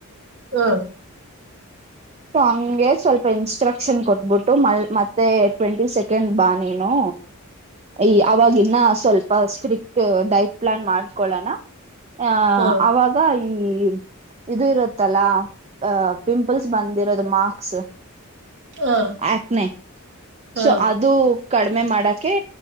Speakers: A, on the right; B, on the right.
A: ಹ
B: ಅಂಗೇ ಸ್ವಲ್ಪ ಇನ್ಸ್ಟ್ರಕ್ಷನ್ ಕೊಟ್ಬಿಟ್ಟು ಮಲ್ ಮತ್ತೆ ಟ್ವೆಂಟಿ ಸೆಕೆಂಡ್ ಬಾ ನೀನು ಈ ಅವಾಗಿನ್ನ ಸ್ವಲ್ಪ ಸ್ಟ್ರಿಕ್ಟ್ ಡೈಟ್ ಪ್ಲಾನ್ ಮಾಡ್ಕೊಳೋಣ. ಆ
A: ಹಾ
B: ಅವಾಗ ಈ ಇದು ಇರುತ್ತಲ್ಲ ಅ ಪಿಂಪಲ್ಸ್. ಬಂದಿರೋದು ಮಾರ್ಕ್ಸ್
A: ಹಾ
B: ಆಕ್ನ
A: ಹಾ
B: ಸೊ ಅದು. ಕಡಿಮೆ ಮಾಡೋಕೆ